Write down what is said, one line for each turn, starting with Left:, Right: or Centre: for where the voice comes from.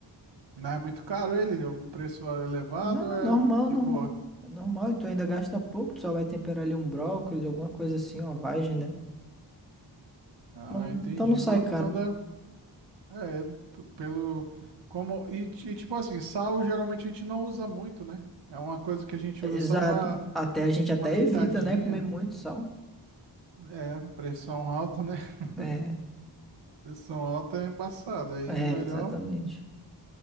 Right: Mas é muito caro ele, é um preço ah, elevado,
Centre: Não,
Right: ou é
Centre: normal,
Right: de
Centre: normal.
Right: boa.
Centre: É normal, e tu ainda gasta pouco, tu só vai temperar ali um brócolis, alguma coisa assim, uma vagem, né?
Right: Ah,
Centre: Então,
Right: entendi,
Centre: então não sai
Right: mano.
Centre: caro.
Right: Então dá. É, p- pelo. Como. E, ti- tipo assim, sal geralmente a gente não usa muito, né? É uma coisa que a gente
Centre: Exato.
Right: usa só pra
Centre: Até a gente
Right: uma
Centre: até
Right: pitadinha.
Centre: evita, né, comer muito sal.
Right: É, pressão alta, né? <laughs>
Centre: É,
Right: Pressão alta é embaçada. Aí
Centre: é,
Right: melhor,
Centre: exatamente.